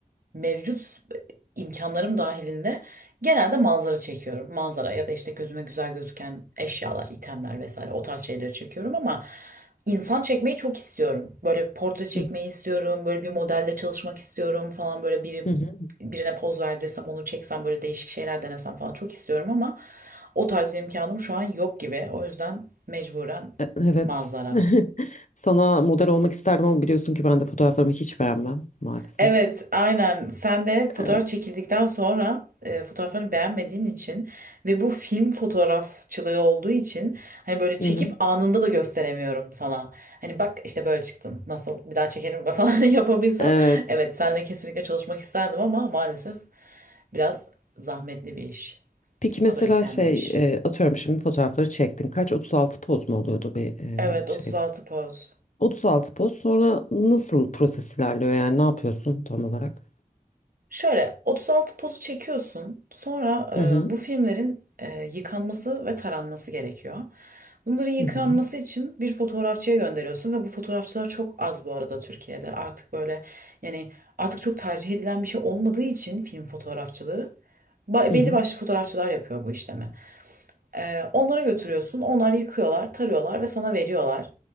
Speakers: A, on the right (about 80°); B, on the left (about 60°).
A: mevcut imkanlarım dahilinde genelde manzara çekiyorum. Manzara ya da işte gözüme güzel gözüken eşyalar, itemler vesaire o tarz şeyleri çekiyorum ama insan çekmeyi çok istiyorum. Böyle portre çekmeyi
B: Hı hı,
A: istiyorum, böyle bir modelle çalışmak istiyorum falan böyle biri
B: hı hı.
A: birine poz verdirsem onu çeksem böyle değişik şeyler denesem falan çok istiyorum ama o tarz bir imkanım şu an yok gibi. O yüzden mecburen
B: E, Evet.
A: manzara.
B: <laughs> Sana model olmak isterdim ama biliyorsun ki ben de fotoğraflarımı hiç beğenmem maalesef.
A: Evet, aynen. Sen de fotoğraf
B: Evet.
A: çekildikten sonra e, fotoğraflarını beğenmediğin için ve bu film fotoğrafçılığı olduğu için hani böyle çekip
B: Hı hı.
A: anında da gösteremiyorum sana. Hani bak işte böyle çıktın. Nasıl bir daha çekelim <laughs> falan yapabilsem.
B: Evet.
A: Evet, seninle kesinlikle çalışmak isterdim ama maalesef biraz zahmetli bir iş.
B: Peki mesela
A: Sabır isteyen
B: şey
A: bir iş.
B: e, atıyorum şimdi fotoğrafları çektin. Kaç 36 poz mu oluyordu bir e,
A: Evet,
B: şeyde?
A: 36 poz.
B: 36 poz sonra nasıl proses ilerliyor yani ne yapıyorsun tam olarak?
A: Şöyle 36 pozu çekiyorsun. Sonra
B: Hı hı.
A: e, bu filmlerin e, yıkanması ve taranması gerekiyor. Bunların yıkanması
B: Hı hı.
A: için bir fotoğrafçıya gönderiyorsun ve bu fotoğrafçılar çok az bu arada Türkiye'de. Artık böyle yani artık çok tercih edilen bir şey olmadığı için film fotoğrafçılığı ba-
B: Hı
A: belli
B: hı.
A: başlı fotoğrafçılar yapıyor bu işlemi. Ee, onlara götürüyorsun. Onlar yıkıyorlar, tarıyorlar ve sana veriyorlar.